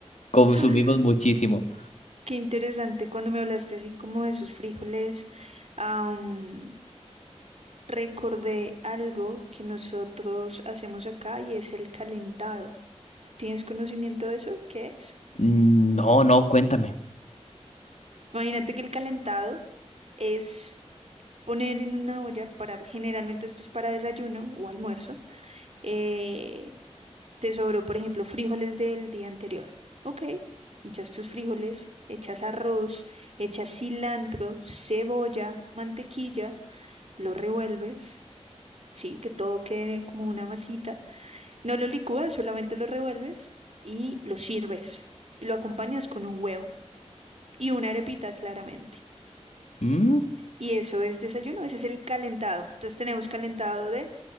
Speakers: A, on the left; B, on the right.
A: consumimos
B: <gasps>
A: muchísimo.
B: Qué interesante cuando me hablaste así como de sus frijoles. am, Recordé algo que nosotros hacemos acá y es el calentado. ¿Tienes conocimiento de eso? ¿Qué es?
A: Mm, No, no, cuéntame.
B: Imagínate que el calentado es poner en una olla para, generalmente esto es para desayuno o almuerzo. eh, te sobró, por ejemplo, frijoles del día anterior. Ok, echas tus frijoles, echas arroz, echas cilantro, cebolla, mantequilla, lo revuelves, sí, que todo quede como una masita No lo licúas, solamente lo revuelves y lo sirves. Y lo acompañas con un huevo y una arepita, claramente.
A: Mm.
B: Y eso es desayuno, ese es el calentado. Entonces tenemos calentado de